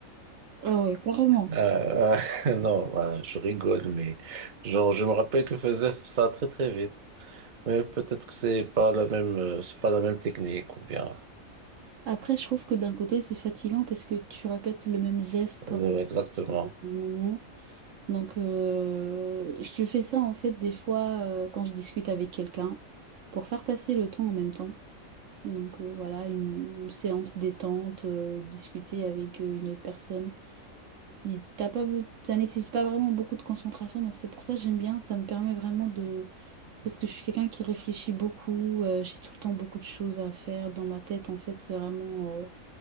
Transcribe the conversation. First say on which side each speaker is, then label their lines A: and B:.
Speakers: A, on the right (about 65°); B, on the right (about 40°).
A: Ah ouais, carrément.
B: Euh, euh, <laughs> non, ben, je rigole, mais genre, je me rappelle qu'il faisait ça très très vite. Mais peut-être que c'est pas la même, euh, c'est pas la même technique ou bien
A: Après, je trouve que d'un côté, c'est fatigant parce que tu répètes le même geste pendant
B: euh, exactement.
A: un moment. Donc, euh, je fais ça en fait des fois euh, quand je discute avec quelqu'un pour faire passer le temps en même temps. Donc, euh, voilà, une, une séance détente, euh, discuter avec euh, une autre personne. Il- T'as pas, be- ça nécessite pas vraiment beaucoup de concentration, donc c'est pour ça que j'aime bien. Ça me permet vraiment de... Parce que je suis quelqu'un qui réfléchit beaucoup, euh, j'ai tout le temps beaucoup de choses à faire dans ma tête. En fait, c'est vraiment euh,